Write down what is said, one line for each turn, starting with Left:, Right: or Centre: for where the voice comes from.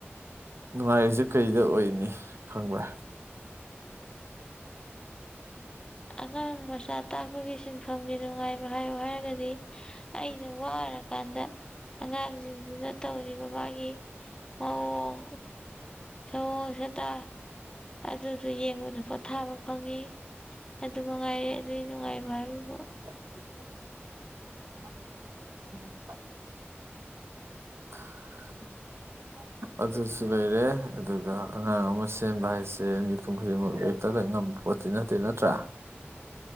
Right: ꯅꯨꯡꯉꯥꯏꯔꯤꯖꯦ ꯀꯩꯗ ꯑꯣꯏꯅꯤ ꯈꯪꯕ꯭ꯔꯥ
Left: ꯑꯉꯥꯡ ꯃꯆꯥ ꯇꯥꯛꯄꯒꯤ ꯁꯤꯟꯐꯝꯒꯤ ꯅꯨꯡꯉꯥꯏꯕ ꯍꯥꯏꯌꯣ ꯍꯥꯏꯔꯒꯗꯤ ꯑꯩꯅ ꯋꯥꯔꯀꯥꯟꯗ ꯑꯉꯥꯡꯖꯤꯡꯗꯨꯅ ꯇꯧꯔꯤꯕ ꯃꯥꯒꯤ ꯃꯑꯣꯡ ꯁꯑꯣꯡ ꯁꯥꯗ ꯑꯗꯨꯗꯨ ꯌꯦꯡꯕꯗ ꯄꯣꯊꯥꯕ ꯐꯪꯉꯤ ꯑꯗꯨ ꯃꯉꯥꯏꯔꯦ ꯑꯗꯨꯏ ꯅꯨꯡꯉꯥꯏꯕ ꯍꯥꯏꯕꯕꯨ
Right: <unintelligible> <unintelligible> ꯑꯗꯨꯁꯨ ꯂꯩꯔꯦ ꯑꯗꯨꯒ ꯑꯉꯥꯡ ꯑꯃ ꯁꯦꯝꯕ ꯍꯥꯏꯁꯦ ꯃꯤꯄꯨꯝ ꯈꯨꯗꯤꯡꯃꯛ ꯍꯦꯛꯇ ꯂꯣꯏ ꯉꯝ ꯄꯣꯠꯇꯤ ꯅꯠꯇꯦ ꯅꯠꯇ꯭ꯔꯥ